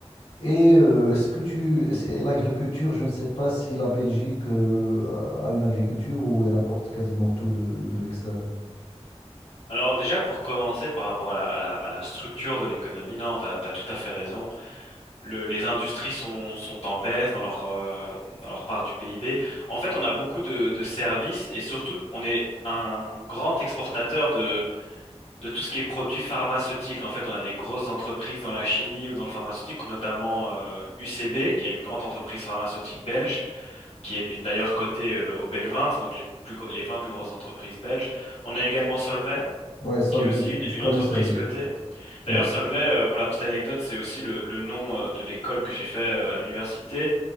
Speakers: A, on the left (about 80°); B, on the left (about 65°).
A: Et euh, est-ce que tu... c'est- L'agriculture, je ne sais pas si la Belgique euh, a une agriculture ou elle importe quasiment tout de, de l'extérieur.
B: Alors déjà pour commencer par rapport à la, à la, à la structure de l'économie, non, t'as, t'as tout à fait raison. Le- les industries sont, sont en baisse dans leur, euh, dans leur part du PIB. En fait, on a beaucoup de, de services et surtout, on est un grand exportateur de, de tout ce qui est produits pharmaceutiques. En fait, on a des grosses entreprises dans la chimie ou dans le pharmaceutique, notamment euh, UCB, qui est une grande entreprise pharmaceutique belge, qui est d'ailleurs cotée euh, au bel donc les, plus, gro- les 20 plus grosses entreprises belges. On a également Solvay,
A: Ouais, Solvay,
B: qui est aussi
A: je,
B: une,
A: je
B: une
A: connais
B: entreprise
A: Solvay.
B: cotée. D'ailleurs,
A: Ouais.
B: Solvay, euh, pour la petite anecdote, c'est aussi le, le nom euh, de l'école que j'ai fait euh, à l'université